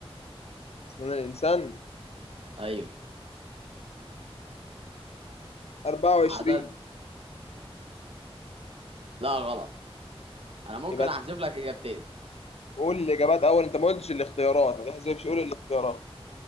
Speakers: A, on the left; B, on the right.
A: اصلا الانسان
B: ايوه
A: 24
B: عدد لا غلط انا ممكن
A: يبقى
B: احذف لك اجابتين
A: قول الاجابات اول انت ما قلتش الاختيارات ما تحسبش قول الاختيارات